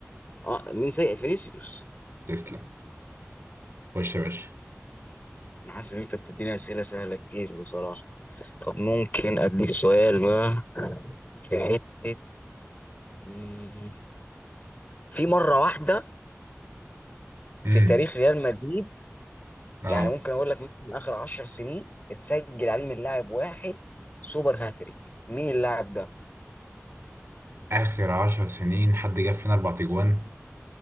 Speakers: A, on the left; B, on the right.
A: اه مين سيء فينيسيوس
B: تسلم خش يا باشا
A: انا حاسس ان انت بتديني اسئله سهله كتير بصراحه طب ممكن اديك سؤال بقى في حته مم، في مره واحده في
B: امم
A: تاريخ ريال مدريد
B: اه
A: يعني ممكن اقول لك ممكن اخر 10 سنين اتسجل عليه من لاعب واحد سوبر هاتريك مين اللاعب ده
B: اخر 10 سنين حد جاب فينا اربع تجوان